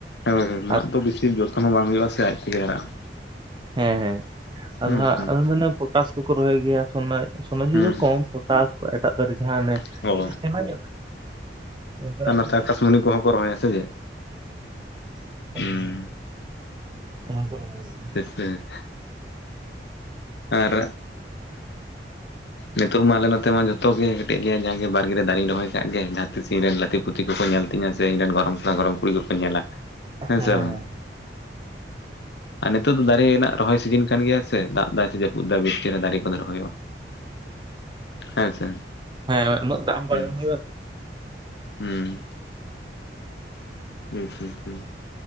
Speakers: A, on the left; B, on the right.
A: ᱦᱳᱭ ᱦᱳᱭ ᱢᱟᱫ
B: ᱟᱨ
A: ᱫᱚ ᱵᱤᱥᱤ ᱡᱚᱛᱚᱱ ᱦᱚᱸ ᱵᱟᱝ ᱦᱩᱭᱩᱜᱼᱟ ᱥᱮ ᱟᱡ ᱛᱮᱜᱮ ᱦᱟᱨᱟᱜᱼᱟ
B: ᱦᱮᱸ ᱦᱮᱸ ᱟᱫᱚ
A: ᱦᱩᱸ
B: ᱦᱟᱜ
A: ᱦᱩᱸ
B: ᱟᱫᱚ ᱢᱟᱱᱮ ᱯᱚᱴᱟᱥ ᱠᱚᱠᱚ ᱨᱚᱦᱚᱭ ᱜᱮᱭᱟ <unintelligible> ᱥᱚᱱᱟᱡᱷᱩᱨᱤ
A: ᱦᱩᱸ
B: ᱫᱚ ᱠᱚᱢ ᱯᱚᱴᱟᱥ ᱮᱴᱟᱜ ᱫᱟᱨᱮ ᱡᱟᱦᱟᱸᱮ ᱚᱱᱮ
A: ᱦᱩᱸ ᱚ
B: ᱠᱟᱹᱴᱤᱡ ᱥᱮᱬᱟ ᱧᱚᱜ ᱚᱱᱠᱟᱱᱟᱜ
A: ᱟᱨ ᱱᱚᱛᱮ
B: ᱠᱚ
A: ᱟᱠᱟᱥᱢᱩᱱᱤ ᱠᱚᱦᱚᱸ ᱠᱚ ᱨᱚᱦᱚᱭᱟ ᱥᱮ ᱪᱮᱫ
B: <unintelligible>
A: ᱦᱩᱸ
B: ᱚᱱᱟ ᱦᱚᱸ ᱠᱚ <unintelligible>
A: ᱦᱮᱸ ᱟᱨ ᱱᱤᱛᱚᱜ ᱢᱟ ᱟᱞᱮ ᱱᱚᱛᱮ ᱢᱟ ᱡᱚᱛᱚ ᱜᱮ ᱠᱟᱹᱴᱤᱡ ᱞᱮ ᱡᱟᱸᱜᱮ ᱵᱟᱲᱜᱮ ᱨᱮ ᱫᱟᱨᱮᱧ ᱨᱚᱦᱚᱭ ᱠᱟᱜ ᱜᱮ ᱡᱟᱦᱟᱸ ᱛᱤᱥ ᱤᱧ ᱨᱮᱱ ᱞᱟ- ᱛᱤ ᱯᱩᱛᱤ ᱠᱚᱠᱚ ᱧᱮᱞ ᱛᱤᱧᱟᱹ ᱥᱮ ᱤᱧ ᱨᱮᱱ ᱜᱚᱲᱚᱢ ᱠᱚᱲᱟ ᱜᱚᱲᱚᱢ ᱠᱩᱲᱤ ᱠᱚᱠᱚ ᱧᱮᱞᱟ ᱦᱮᱸᱥ
B: ᱦᱮᱸ
A: ᱵᱟᱝ, ᱟᱨ ᱱᱤᱛᱚᱜ ᱫᱚ ᱫᱟᱨᱮ ᱨᱮᱱᱟᱜ ᱨᱚᱦᱚᱭ ᱥᱤᱡᱤᱱ ᱠᱟᱱ ᱜᱮᱭᱟ ᱥᱮ ᱫᱟᱜ ᱫᱟᱜ ᱥᱮ ᱡᱟᱯᱩᱫ ᱫᱟᱭ ᱵᱮᱥ ᱪᱮᱨᱦᱟ ᱫᱟᱨᱮ ᱠᱚ ᱠᱚᱞᱮ ᱨᱚᱦᱭᱚᱜᱼᱟ, ᱦᱮᱸ ᱥᱮ
B: ᱦᱮᱸ ᱩᱱᱟᱹᱜ ᱫᱟᱜ ᱵᱟᱝ
A: ᱦᱩᱸ
B: ᱮᱢ ᱦᱩᱭᱩᱜᱼᱟ
A: ᱦᱩᱸ ᱦᱩᱸ ᱦᱩᱸ ᱦᱩᱸ